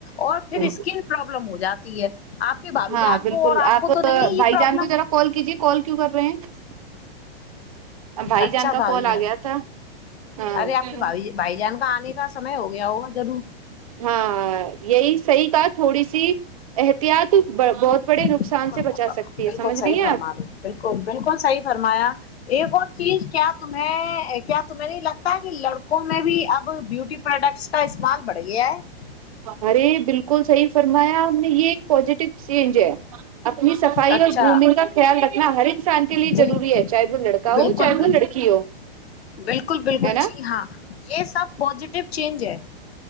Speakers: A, on the left (about 80°); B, on the right (about 35°).
A: اور
B: آپ
A: پھر اسکن پرابلم ہو جاتی ہے آپ کے بھاابھی
B: ہاں
A: جان
B: بالکل
A: کو اور آپ کو تو نہیں ہے یہ
B: بھائی
A: پرابلم
B: جان کو ذرا کال کیجیے کال کیوں کر رہے ہیں بھائی
A: اچھا
B: جان کا
A: بھائی
B: کال
A: جان
B: آ گیا تھا ہاں
A: ارے آپ کے بھ بھائی جان کا آنا نے کا سمے ہو گیا ہوگا ضرور
B: ہاں یہی صحیح کا تھوڑی سی احتیاط بہت بڑے
A: بالکل
B: نقصان سے بچا سکتی
A: بالکل
B: ہے سمجھ
A: صحیح
B: ہیں
A: فرما
B: آپ
A: رہی بالکل بالکل صحیح فرمایا ایک اور چیز کیا تمیں کیا تمہیں نہیں لگتا کہ لڑکوں میں بھی اب بیوٹی پروڈکٹس کا استعمال بڑھ گیا ہے
B: ارے بالکل صحی فرمایا یہ ایک پزیٹیو چینج ہے اپنی صفائی
A: اچھا
B: اور دومنگ کا خیال رکھنا ہر ایک انسان کے لیے
A: بل
B: ضروری ہے چاہے وہ لڑکا
A: بالکل
B: ہو چاہے
A: بالکل
B: وہ لڑکی ہو
A: بالکل بالکل
B: ہے نا
A: جی ہاں یہ سب پزیٹیو چینج ہے